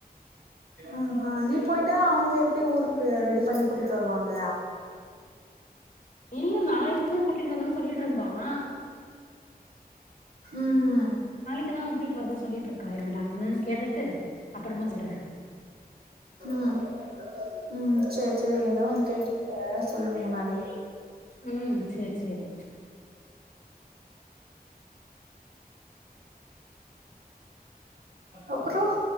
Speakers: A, on the right; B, on the left.
A: ம் நீ போயிட்டா அவங்க எப்டி ஊருக்கு ரெடி பண்ணி கூட்டிட்டு வருவாங்க
B: இல்ல நாளிக்குதா கூட்டிட்டு வரோ சொல்லிட்டு இருந்தாமா
A: ம் ம்
B: நாளாக்குதா கூட்டிட்டு வரதா சொல்லிட்டு இருக்கா இரு நா என்னன்னு கேட்டுட்டு அப்புறமா சொல்ற
A: ம் ம் சேர் சேரி ஏதோ ஒன்னு கேட்டு <inaudible> சொல்லுங்க முன்னாடி
B: ம் சேர் சேரி
A: அப்புறோ